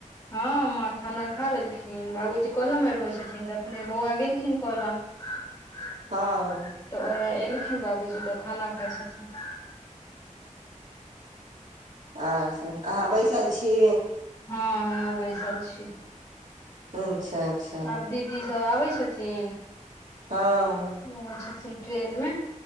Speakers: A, on the left; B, on the right.
A: हँ माँ खाना खा लेलखिन बाबूजी कलम मे रहै छथिन अखने बौआ गेलखिन कलम <inaudible>
B: हँ
A: तऽ उएह एलखिन बाबूजी तऽ खाना खाइ छथिन
B: आर सब अहाँ बैसल छी
A: हँ हम बैसल छी
B: अच्छा अच्छा
A: आब दी दीदी सब आबै छथिन
B: हँ
A: ओइ छथिन ट्रेन मे